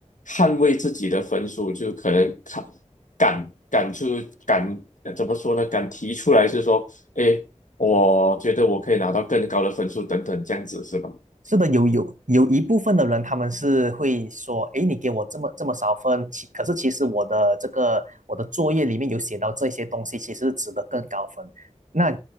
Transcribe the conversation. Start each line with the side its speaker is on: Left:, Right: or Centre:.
Left: 捍卫自己的分数，就可能敢敢敢出敢呃怎么说呢？敢提出来是说，哎，我觉得我可以拿到更高的分数，等等，这样子是吧？
Right: 是的，有有有一部分的人，他们是会说，诶，你给我这么这么少分，其可是其实我的这个我的作业里面有写到这些东西，其实是值得更高分。那